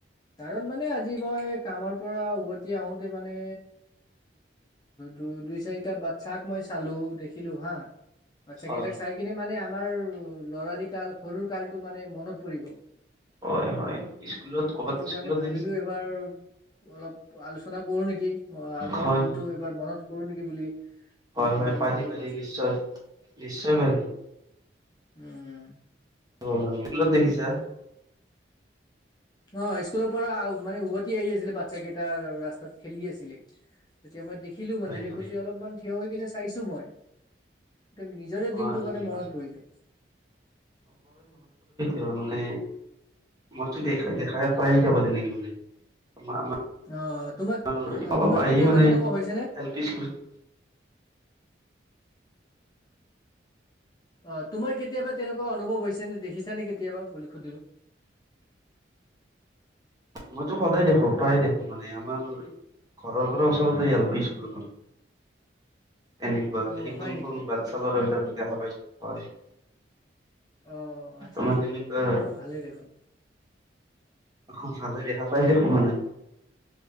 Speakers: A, on the left; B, on the right.
A: কাৰণ মানে আজি মই কামৰ পৰা উভতি আহোতে মানে দু দুই চাৰিটা বাচ্ছাক মই চালো দেখিলো হা বাচ্ছা
B: হয়
A: কেইটাক চাই কিনে মানে আমাৰ ল'ৰাৰি কাল সৰুৰ কালটো মানে মনত পৰি গ'ল
B: হয় হয় স্কুলত ক'বাত
A: সেইটো কাৰণে
B: স্কুলত
A: ভাবিলো
B: দেখিছে
A: এইবাৰ অলপ আলোচনা কৰো নেকি অ আগৰ
B: হয়
A: দিনতটো
B: হয়
A: এবাৰ মনত কৰো নেকি বুলি তোমাক
B: হয় হয়
A: মানে
B: পাৰি
A: মই কল
B: পাৰি
A: কৰিছিলো
B: নিশ্চয় নিশ্চয় পাৰি
A: উম
B: অ এইলো দেখিছা
A: অ স্কুলৰ পৰা মানে উভতি আহি আছিলে বাচ্ছা কেইটা ৰাস্তাত খেলি আছিলে তেতিয়া মই দেখিলো মানে
B: হয়
A: দেখোতে
B: হয়
A: অলপমান থিয় হৈ কিনে চাইছো মই নিজৰে
B: হয়
A: দিনটো
B: হয়
A: মানে মনত
B: হয়
A: পৰি যায়
B: ত মানে মইতো দেখা দেখাই পায় থাকো তেনেকে মানে <unintelligible>
A: অ তোমাক অ
B: অলপ
A: তোমাৰ
B: আহি
A: কেতিয়াবা
B: মানে
A: তেনেকুৱা হৈছে নে
B: এল পি স্কুলত <unintelligible>
A: অ তোমাৰ কেতিয়াবা তেনেকুৱা অনুভৱ হৈছে নে দেখিছা নে কেতিয়াবা বুলি সুধিলো
B: মইতো সদায় দেখো প্ৰায় দেখো মানে আমাৰ ঘৰৰ ঘৰৰ ওচৰতে এল পি স্কুলখন এনেকুৱা
A: অ
B: একদম
A: হয় নেকি
B: সৰু বাচ্ছা ল'ৰাবিলাক দেখা পাইছো হয়
A: অ আচ্ছা
B: তোমাৰ
A: আচ্ছা,
B: তেনেকুৱা
A: ভালে দেখোন।
B: অ ভালে দেখা পাই দেখো মানে।